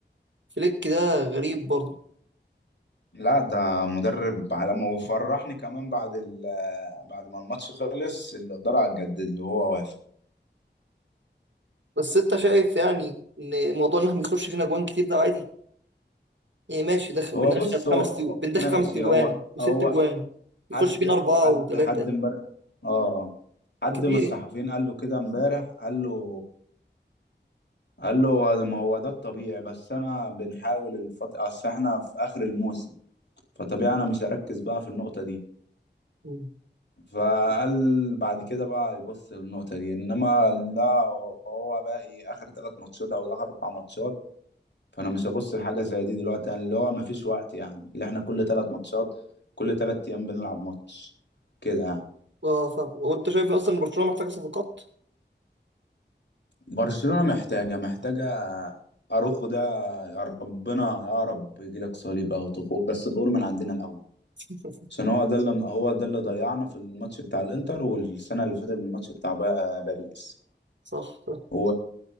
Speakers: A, on the right; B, on the left.
A: فليك ده غريب برضه
B: لا ده مدرب عالمي وفرحني كمان بعد ال بعد ما الماتش خلص الإدارة هتجدد له هو وافق
A: بس انت شايف يعني ان موضوع ان احنا بنخش فينا جوان كتير ده عادي يعني ماشي دخل
B: هو
A: بندخل
B: بص هو
A: خمس تجو- بندخل
B: ماشي
A: خمس تجوان
B: هو
A: وست
B: هو
A: جوان يخش
B: حد
A: فينا اربعه
B: حد
A: وثلاثه
B: حد امبارح اه حد
A: كتير
B: من الصحفيين
A: يعني
B: قال له كده امبارح قال له قال له ده- ما هو ده الطبيعي بس انا بنحاول الفت... اصل احنا في اخر الموسم فطبيعي انا مش هركز بقى في النقطة دي
A: مم.
B: فقال بعد كده بقى يبص للنقطة دي انما لا هو باقي اخر ثلاث ماتشات او اخر اربع ماتشات فانا مش هبص لحاجة زي دي دلوقتي يعني اللي هو مفيش وقت يعني اللي احنا كل ثلاث ماتشات كل ثلاث ايام بنلعب ماتش كده يعني
A: اه فاهم وانت شايف اصلا ان برشلونه محتاجه صفقات
B: برشلونة محتاجة محتاجة اروخو ده يا ربنا يا رب يجيلك صليب او تخور بس تخور من عندنا الاول
A: <laughs>
B: عشان هو ده اللي هو ده اللي ضيعنا في الماتش بتاع الانتر والسنه اللي فاتت الماتش بتاع با- باريس
A: صح صح
B: و...